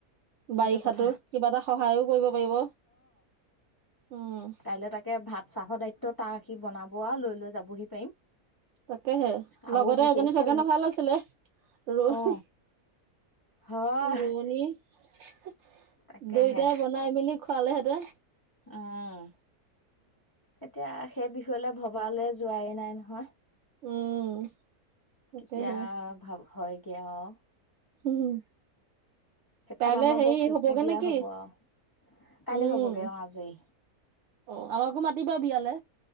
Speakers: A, on the left; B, on the right.
A: সেইটো
B: বাৰিষাতো
A: কথা
B: কিবা এটা সহায়ও কৰিব পাৰিব উম।
A: কাইলৈ তাকে ভাত চাহৰ দায়িত্ব তাৰ সি বনাবও আৰু লৈ লৈ যাবহি পাৰিম।
B: তাকেহে
A: আৰু
B: লগতে
A: বিশেষকে
B: এজনী থাকে নো ভাল আছিলে ৰৈ
A: অ হয়
B: ৰোৱনী দুইটাই
A: তাকেহে
B: বন নাই মেলি খোৱালেহেঁতে
A: উম এতিয়া সেই বিষয়লৈ ভবালৈ যোৱাই নাই নহয়।
B: উম তাকেহে
A: কেতিয়া ভাব হয়গে আউ
B: উম।
A: সেইখন
B: কাইলে
A: আমাৰ
B: হেৰি
A: বৰ ফূৰ্তি
B: হ'বগে
A: বিয়া
B: নেকি
A: হব আৰু কাইলৈ
B: উম।
A: হ'বগে অ আজৰি
B: অ আমাকো মাতিবা বিয়ালে।